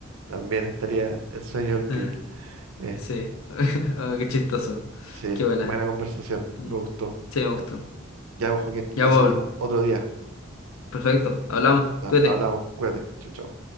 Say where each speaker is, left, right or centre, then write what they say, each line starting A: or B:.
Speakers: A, on the right; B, on the left.
A: también estaría el sueño del pibe.
B: Ah,
A: Eh,
B: Sí, <laughs> Oh, qué chistoso.
A: sí,
B: Qué buena.
A: buena conversación,
B: Mm.
A: me gustó.
B: Sí, me gustó.
A: Ya, pues, Joaquín,
B: Ya,
A: la
B: pues,
A: seguimos otro día.
B: perfecto. Hablamos.
A: Nah,
B: Cuídate.
A: hablamos, cuídate. Chau, chau.